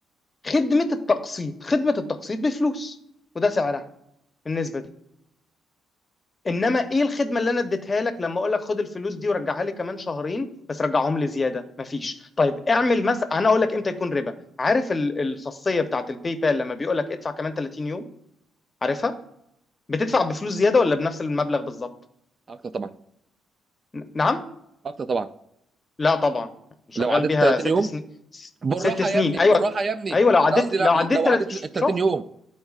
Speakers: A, on the left; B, on the right.
A: خدمه التقسيط خدمه التقسيط بفلوس وده سعرها النسبه دي انما ايه الخدمه اللي انا اديتها لك لما اقول لك خد الفلوس دي ورجعها لي كمان شهرين بس رجعهم لي زياده مفيش طيب اعمل مثلا انا اقول لك امتى يكون ربا عارف ال- الخاصيه بتاعت الباي بال لما بيقول لك ادفع كمان 30 يوم عارفها بتدفع بفلوس زياده ولا بنفس المبلغ بالظبط
B: اكتر طبعا
A: ن- نعم
B: اكتر طبعا
A: لا طبعا شغال
B: لو عديت
A: بيها
B: ال 30
A: ست
B: يوم
A: سنين س-
B: بالراحه
A: ست سنين
B: يا ابني
A: ايوه
B: بالراحه يا ابني
A: ايوه لو عديت
B: انا قصدي لو
A: لو عديت
B: لو
A: ثلاث
B: عديت
A: شفت
B: ال 30 يوم